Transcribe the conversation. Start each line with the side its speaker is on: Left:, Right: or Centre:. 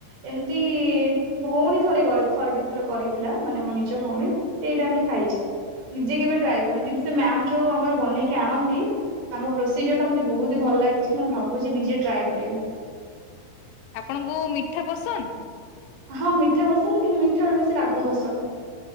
Right: ଏମତି ଭଉଣୀ ଥରେ କରି ଥରେ ଦିଥରେ କରିଥିଲା ମାନେ ମୋ ନିଜ ଭଉଣୀ ସେଇ ଟାଇମ୍ ରେ ଖାଇଛି। ନିଜେ କେବେ ଟ୍ରାଏ କରିନି କିନ୍ତୁ ସେ ମ୍ୟାାମ୍ ଯୋଉ ଆମର ବନେଇକି ଆଣନ୍ତି। ତାଙ୍କ ପ୍ରୋସିଜର୍ ଟା ମତେ ବହୁତ ହି ଭଲ ଲାଗିଛି ମୁଁ ଭାବୁଛି ନିଜେ ଟ୍ରାଏ କରିବି।
Left: ଆପଣଙ୍କୁ ମିଠା ପସନ୍ଦ?
Right: ହଁ ମିଠା ପସନ୍ଦ କିନ୍ତୁ ମିଠା ଠୁ ବେଶୀ ରାଗ ପସନ୍ଦ।